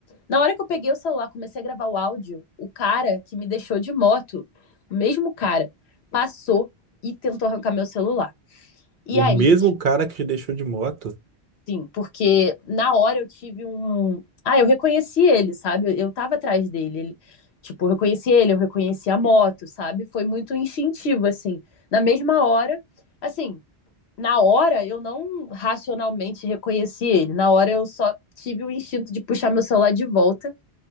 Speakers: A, on the left (about 75°); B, on the right (about 55°).
A: Na hora que eu peguei o celular, comecei a gravar o áudio, o cara que me deixou de moto, o mesmo cara, passou e tentou arrancar meu celular. E
B: O
A: aí,
B: mesmo
A: tipo,
B: cara que te deixou de moto.
A: sim, porque na hora eu tive um. Ah, eu reconheci ele, sabe? Eu, eu tava atrás dele. Ele... Tipo, eu reconheci ele, eu reconheci a moto, sabe? Foi muito instintivo, assim. Na mesma hora, assim, na hora eu não racionalmente reconheci ele. Na hora eu só tive o instinto de puxar meu celular de volta.